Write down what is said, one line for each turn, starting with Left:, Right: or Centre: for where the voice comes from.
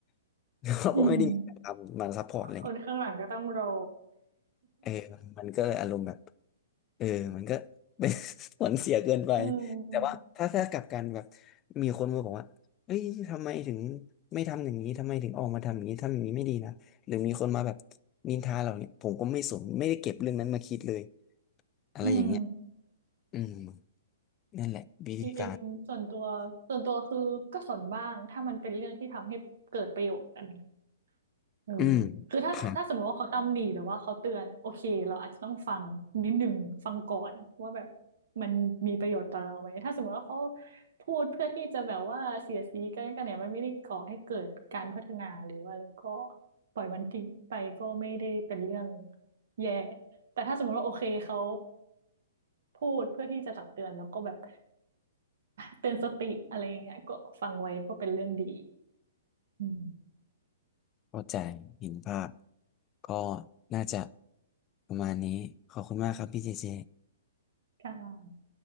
Left: <laughs> เราก็ไม่ได้มีการทำมาซัพพอร์ตอะไร
Right: อืมคนข้างหลังก็ต้องรอ
Left: เออมันก็เลยอารมณ์แบบเออมันก็ <laughs> เป็น <laughs> ผลเสียเกินไป
Right: อืม
Left: แต่ว่าถ้าถ้ากลับกันแบบ
Right: <laughs>
Left: มีคนมาบอกว่าเอ้ยทำไมถึงไม่ทำอย่างนี้ทำไมถึงออกมาทำอย่างนี้ ทำอย่างนี้ไม่ดีนะ หรือมีคนมาแบบนินทาเราเนี่ยผมก็ไม่สนไม่ได้เก็บเรื่องนั้นมาคิดเลย อะไรอย่างเงี้ย
Right: อืม
Left: อืมนั่นแหละวิธีการ
Right: จริงจริงๆส่วนตัวส่วนตัวคือก็สนบ้างถ้ามันเป็นเรื่องที่ทำให้เกิดประโยชน์อันนั้น เออ
Left: อืม
Right: คือถ้าถ้าสมมติว่าเขาตำหนิหรือว่าเขาเตือนโอเคเราอาจจะต้องฟังนิดหนึ่งฟังก่อนว่าแบบ
Left: ครับ
Right: มันมีประโยชน์ต่อเราไหมถ้าสมมติว่าเขาพูดเพื่อที่จะแบบว่าเสียดสีกันกันเนี่ยมันไม่ได้ก่อให้เกิดการพัฒนาหรือว่าอะไรก็ปล่อยมันทิ้งไปก็ไม่ได้เป็นเรื่องแย่แต่ถ้าสมมติว่าโอเคเขาพูดเพื่อที่จะตักเตือนแล้วก็แบบเตือนสติอะไรอย่างเงี้ยก็ฟังไว้ก็เป็นเรื่องดีอืม
Left: เข้าใจเห็นภาพ ก็น่าจะประมาณนี้ ขอบคุณมากครับพี่เจเจ
Right: ค่ะ